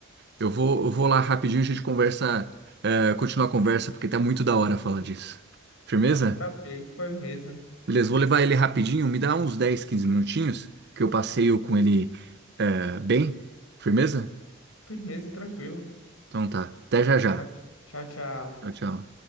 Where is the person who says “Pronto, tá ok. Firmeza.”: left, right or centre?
Left